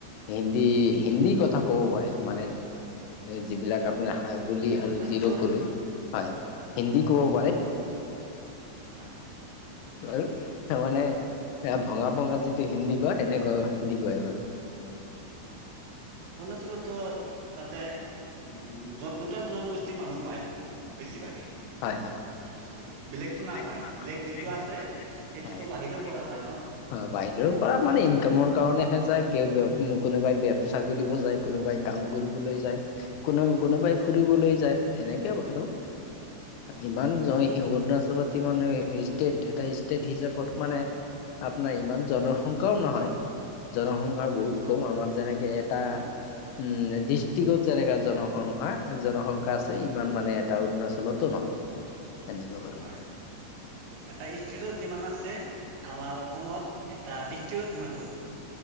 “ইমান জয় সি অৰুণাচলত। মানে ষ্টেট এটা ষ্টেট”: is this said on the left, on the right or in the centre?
Left